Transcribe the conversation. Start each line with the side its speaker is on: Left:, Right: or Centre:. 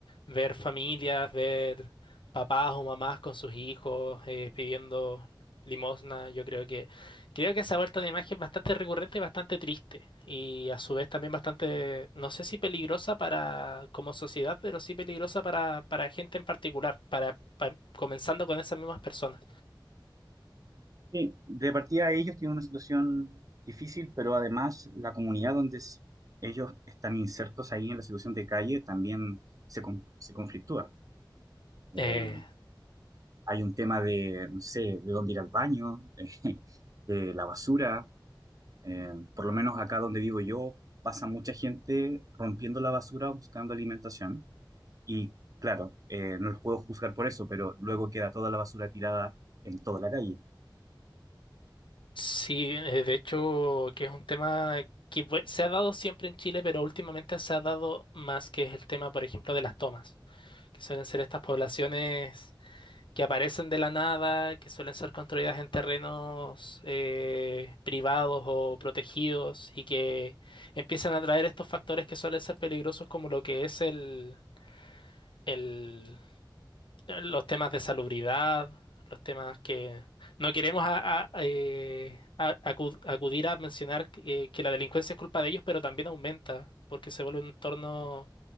Left: ver familias, ver papás o mamás con sus hijos eh, pidiendo limosna, yo creo que creo que esa vuelta de imagen es bastante recurrente y bastante triste y a su vez también bastante, no sé si peligrosa para como sociedad, pero sí peligrosa para, para gente en particular, para, pa- comenzando con esas mismas personas.
Right: Sí, de partida ellos tienen una situación difícil, pero además la comunidad donde s- ellos están insertos ahí en la situación de calle también se, con- se conflictúa. Eh,
Left: Eh,
Right: hay un tema de, no sé, de dónde ir al baño, <laughs> eh, de la basura. Eh, por lo menos acá donde vivo yo, pasa mucha gente rompiendo la basura buscando alimentación. Y claro, eh, no los puedo juzgar por eso, pero luego queda toda la basura tirada en toda la calle.
Left: sí, eh, de hecho que es un tema que fue- se ha dado siempre en Chile, pero últimamente se ha dado más, que es el tema, por ejemplo, de las tomas. que suelen ser estas poblaciones que aparecen de la nada, que suelen ser construidas en terrenos eh, privados o protegidos y que empiezan a traer estos factores que suelen ser peligrosos como lo que es el, el- los temas de salubridad, los temas que no queremos a- a- eh, a- acu- acudir a mencionar que eh, que la delincuencia es culpa de ellos, pero también aumenta porque se vuelve un entorno